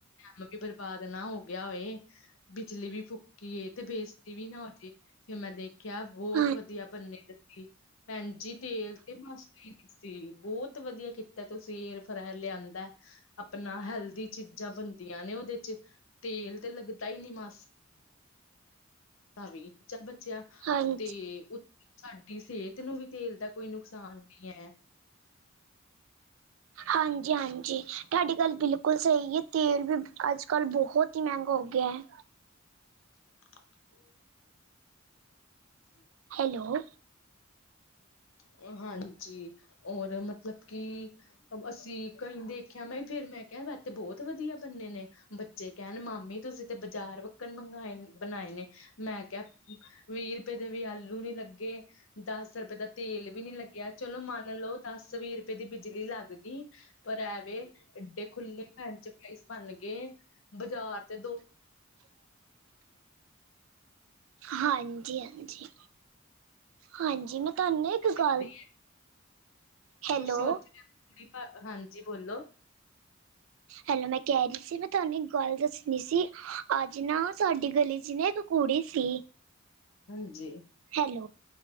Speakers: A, on the left; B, on the right.
A: ਲੋਕੀ ਬਰਬਾਦ ਨਾ ਹੋ ਗਿਆ ਹੋਏ। ਬਿਜਲੀ ਵੀ ਫੂਕੀਏ 'ਤੇ ਬੇਜ਼ਤੀ ਵੀ ਨਾ ਹੋ ਜੇ। ਫਿਰ ਮੈਂ ਦੇਖਿਆ ਬੋਤ
B: ਹਾਂ
A: ਵਦੀਆ ਬੰਨੇ ਦੇ ਸੀ, ਭੈਂਜੀ ਤੇਲ 'ਤੇ ਮਸ ਸੀ, ਬੋਤ ਵਦੀਆ ਕੀਤਾ ਤੁਸੀਂ ਏਅਰ ਫਰਾਏਅਰ ਲਿਆਂਦੈ। ਆਪਨਾ ਹੈਲਦੀ ਚੀਜ਼ਾਂ ਬਨਦੀਆਂ ਨੇ ਉਦੇ 'ਚ, ਤੇਲ 'ਤੇ ਲੱਗਦਾ ਈ ਨੀ ਮਸ ਭਾਵੀ ਚਾ ਬਚਿਆ
B: ਹਾਂਜੀ
A: 'ਤੇ ਉ ਸਾਡੀ ਸੇਹਤ ਨੂੰ ਵੀ ਤੇਲ ਦਾ ਕੋਈ ਨੁਕਸਾਨ ਨੀ ਐ।
B: ਹਾਂਜੀ-ਹਾਂਜੀ, ਤੁਹਾਡੀ ਗੱਲ ਬਿਲਕੁਲ ਸਹੀ ਏ, ਤੇਲ ਵੀ ਅੱਜ-ਕੱਲ੍ਹ ਬੋਤ ਈ ਮੈਂਗਾ ਹੋ ਗਿਆ ਐ।
A: <inaudible>
B: ਹੈਲੋ!
A: ਔਰ ਹਾਂਜੀ ਔਰ ਮਤਲਬ ਕਿ ਅਸੀਂ ਕਈ ਦੇਖਿਆ ਮੈਂ ਫੇਰ ਮੈਂ ਕਿਹਾ ਵੈਸੇ ਤੇ ਬਹੁਤ ਵਧੀਆ ਬਨੇ ਨੇ ਬੱਚੇ ਕਹਿਣ ਮਾਮੀ ਤੁਸੀਂ ਤੇ ਬਾਜ਼ਾਰ ਵੱਕਣ ਮੰਗਏ ਬਣਾਏ ਨੇ ਮੈਂ ਕਿਹਾ, ਵੀਹ ਰੁਪਏ ਦੇ ਵੀ ਆਲੂ ਨੀ ਲੱਗੇ ਦਸ ਰੁਪਏ ਦਾ, ਤੇਲ ਵੀ ਨੀ ਲੱਗਿਆ ਚਲੋ ਮੰਨ ਲਓ ਦਸ ਵੀਹ ਰੁਪਏ ਦੀ ਬਿਜਲੀ ਲੱਗ ਗਈ। ਪਰ ਐਵੇ ਏਡੇ ਖੁੱਲੇ ਫਰੈਂਚ ਫਰਾਇਜ ਬਣ ਗਏ ਬਾਜ਼ਾਰ ਤੇ ਦੋ,
B: <inaudible> ਹਾਂਜੀ-ਹਾਂਜੀ। ਹਾਂਜੀ ਮੈਂ ਤੁਹਾਨੂੰ ਨਾ ਇੱਕ ਗੱਲ,
A: ਕਿਹਾ
B: ਹੈਲੋ
A: ਤੁਸੀਂ ਉਥੇ ਦੇ, ਕੁੜੀ ਘਰ ਹਾਂਜੀ ਬੋਲੋ।
B: ਹੈਲੋ ਮੈਂ ਕਹਿ ਰਹੀ ਸੀ ਮੈਂ ਤੁਹਾਨੂੰ ਇੱਕ ਗੱਲ ਦੱਸਣੀ ਸੀ ਅੱਜ ਨਾ ਸਾਡੀ ਗਲੀ ਚ ਨਾ ਇ ਕੁੜੀ ਸੀ,
A: ਹਾਂਜੀ।
B: ਹੈਲੋ,